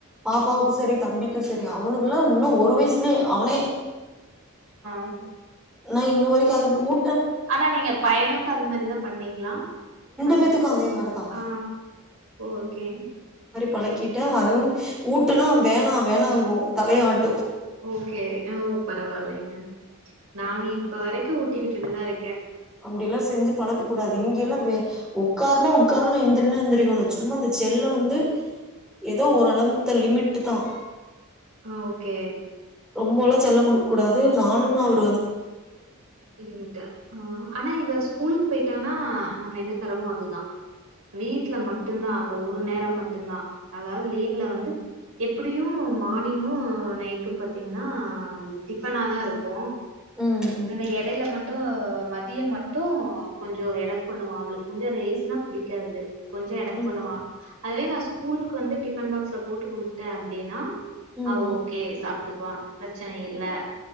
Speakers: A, in the centre; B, on the right.
A: பாப்பாக்கு சரி தம்பிக்கும் சரி அவனுக்கெல்லா இன்னும் ஒரு வயசுலயே அவனே
B: ம்
A: ஆனா இன்ன வரைக்கும் அதுக்கு ஊ
B: ஆனா நீங்க பையனுக்கும் அது மாதிரிதா பண்ணீங்களா
A: பேத்துக்கு
B: ரெண்டு பேர்
A: அதே மாரிதா
B: ஆ ஓகே
A: பழக்கி அதுவு ஊட்டுனா வேணா வேணாங்க தலைய ஆட்டும்
B: ஓகே ஓ பரவாயில்லைங்க நாங்க இப்ப வரைக்கும் ஊட்டி விட்டுட்டுதா இருக்க
A: அப்படி எல்லாம் செஞ்சு பழக்க கூடாது இங்கெல்லாம் வே உட்காருனா உக்காரன்னும் எந்திரினா எந்திரிக்கணு சும்மா இந்த செல்லம் வந்து ஏதோ ஓரள அளம்தல் லிமிட் தா
B: ஆ ஓகே
A: ரொம்பெல்லா செல்லம் கொடுக்க கூடாது நானும் அவர்
B: லிமிட்ட ஆனா இத ஸ்கூலுக்கு போயிட்டானா நம்ம என்ன தரமோ அதுதா வீட்ல மட்டும்தான் அந்த ஒரு நேரம் மட்டும் தான் அதாவது லீவ்ல வந்து எப்படியும் மார்னிங்கும் நைட்டும் பாத்தீங்கன்னா டிப்பனா தா இருக்கும்
A: ம்
B: இந்த இடையில மட்டும் மதியம் மட்டும் கொஞ்ச எடக்கு பண்ணுவா அவளுக்கு கொஞ்சம் ரைஸ்னா பிடிக்காது கொஞ்ச எடக்கு
A: ம்
B: பண்ணுவா அதே நா ஸ்கூலுக்கு வந்து டிபன் பாக்ஸ்ல போட்டு குடுத்துட்டேன் அப்படின்னா
A: ம்
B: அவ
A: ம்
B: ஓகே சாப்பிட்டுக்குவா பிரச்சனை இல்ல